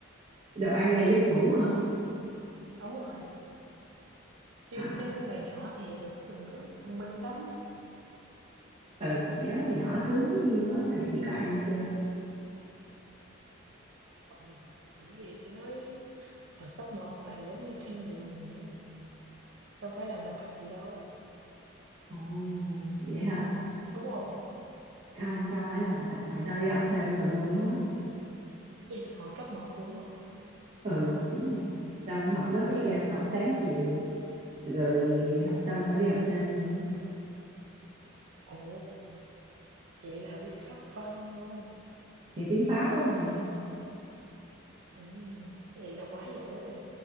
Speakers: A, on the right (about 30°); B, on the right (about 70°).
A: đồ ăn về giấc ngủ hả
B: Đúng rồi, chứ
A: à,
B: chứ hồi nhỏ thì được bình gượng thông minh lắm.
A: ừ nhớ hồi nhỏ sướng toán ngày chỉ có ăn chơi
B: Ừ, bởi vì tao nói hồi cấp một là giống như thiên đường vậy á, đâu phải làm bài tập gì đâu,
A: Ồ, vậy hả?
B: đúng không
A: À, Ông tao phải làm bài tập mày tao đi học thêm tùm lum hết.
B: Gì, hồi cấp một đúng không
A: Ừ, đúng rồi. Xong học lớp
B: Ghê
A: pháp văn,
B: vậy?
A: học sáng chiều, rồi học xong phải đi học thêm nữa.
B: Ồ, vậy là biết pháp văn luôn,
A: Thì tiếng Pháp á mày.
B: ừm, vậy là quá giỏi rồi.